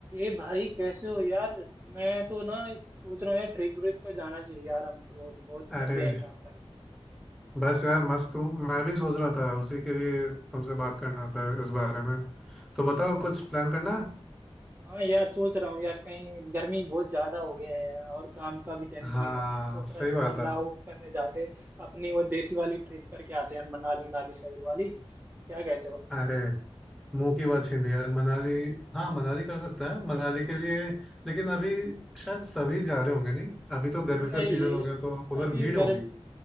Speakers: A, on the right; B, in the centre.
A: ए भाई कैसे हो यार मैं तो ना एक सोच रहा हूँ यार ट्रिप व्रिप पे जाना चाहिए यार हमको बहुत
B: अरे
A: थक गए हैं काम करके
B: बस यार मस्त हूँ मैं भी सोच रहा था उसी के लिए तुमसे बात करना था इस बारे में तो बताओ
A: अरे
B: कुछ प्लान करना है?
A: हाँ यार सोच रहा हूँ यार कहीं गर्मी बहुत ज्यादा हो गया है और काम का भी टेंशन
B: हाँ
A: इतना है सोच
B: सही
A: रहा
B: बात
A: चिल
B: है
A: आउट करने जाते अपनी वो देसी वाली ट्रिप करके आते हैं मनाली मनाली साइड वाली क्या कहते हो
B: अरे मुंह की बात छीन ली यार मनाली हाँ मनाली कर सकते हैं मनाली के लिए लेकिन अभी शायद सभी जा रहे होंगे नहीं अभी तो गर्मी
A: नहीं
B: का सीजन हो गया तो उधर
A: अभी
B: भीड़
A: गर्म
B: होगी